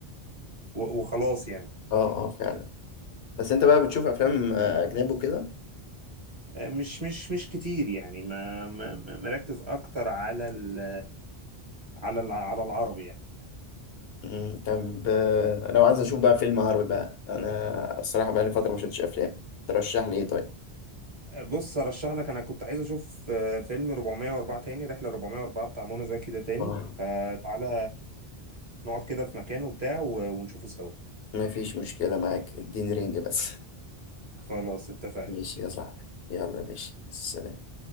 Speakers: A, on the right (about 30°); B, on the left (about 70°).
A: و... وخلاص يعني
B: اه اه فعلا بس انت بقى بتشوف افلام آه، اجنبي وكده
A: آه، مش مش مش كتير يعني ما ما ما- مركز اكتر على ال... على ال... على العربي يعني
B: مم، طب آه، لو عايز اشوف بقى فيلم عربي بقى انا الصراحه بقى لي فتره ما شفتش افلام ترشح لي ايه طيب
A: بص ارشح لك انا كنت عايز اشوف آه، فيلم 404 تاني رحله 404 بتاع منى زكي ده تاني
B: اه
A: فتعالى نقعد كده في مكان وبتاع و- ونشوفه سوا
B: ما فيش مشكله معاك اديني رينج بس
A: خلاص اتفقنا
B: ماشي يا صاحبي يلا يا باشا سلام